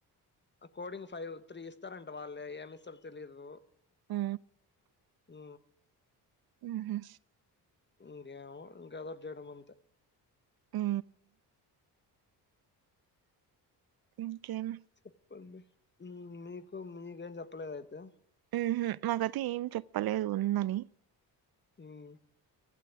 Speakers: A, on the left; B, on the right.
A: కోడింగ్ ఫైవ్ త్రీ ఇస్తారంట వాళ్ళే ఏమి ఇస్తారు తెలీదు
B: ఆ
A: ఊ
B: ఉహు
A: ఇంకేమో ఇంకదోటి చేయడం అంతా
B: ఉ ఇంకేం
A: చెప్పండి మీకు మీకేం చెప్పలేద అయితే
B: ఉహు మాకైతే ఏం చెప్పలేదు ఉందని
A: ఉమ్